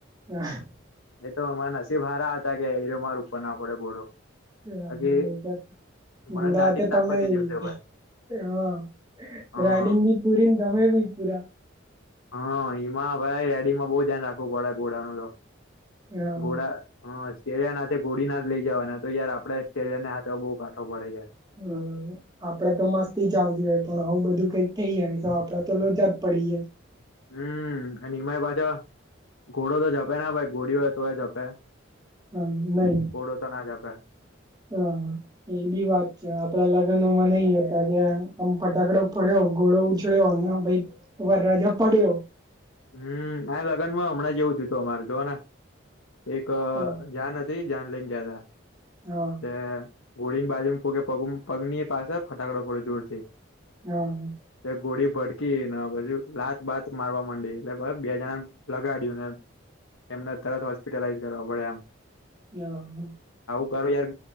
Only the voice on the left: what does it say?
એ તો એમા નસીબ હારા હતા કે એર માર ઉપર ના પડે ઘોડો
બાકી મને
દાટી
જ
નાખો દિવસે ભાઈ
હા
હા હમા ભાઈ રેડીમાં બહુ ધ્યાન રાખવું પડ ઘોડાનું તો
ઘોડા ઓસ્ટ્રેલિયા નાથે ઘોડી ના જ લઈ જવાના તો યાર આપડે ઓસ્ટ્રેલિયા ના હાથે બ પાઠો પડે જાય છે
હમ અને એમાંય પાછો ઘોડો તો જપે ના ભાઈ ઘોડી હોય તોય જપે
ઘોડો તો ના જપે
હમ આ લગ્નમાં હમણાં જેવું થયતું અમારે જોવાના એક
જાન હતી જાન લઈને ગયા હતાા
તે ગોળીની બાજુ ખોકેગ પગની પાસે ફટાકડાો પડે દૂર થી
ગોડીી ભડકી ને પછી લાત બાાત મારવા માંડી એટલે બે જણા લગાડ્યું ને એમને તરત હોસ્પિટલાઈઝ કરવા પડે એમ
યાર